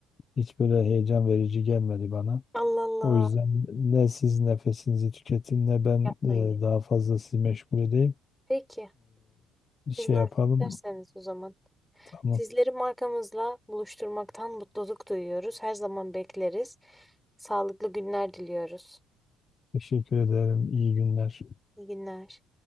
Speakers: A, on the left; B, in the centre.
A: Hiç böyle heyecan verici gelmedi bana.
B: Allah Allah.
A: O yüzden ne siz nefesinizi tüketin ne ben
B: Yapmayın.
A: e,
B: yani.
A: daha fazla sizi meşgul edeyim.
B: Peki. Siz
A: Ee, şey
B: nasıl
A: yapalım.
B: isterseniz o zaman.
A: Tamam.
B: Sizleri markamızla buluşturmaktan mutluluk duyuyoruz. Her zaman bekleriz. Sağlıklı günler diliyoruz.
A: Teşekkür ederim. İyi günler.
B: İyi günler.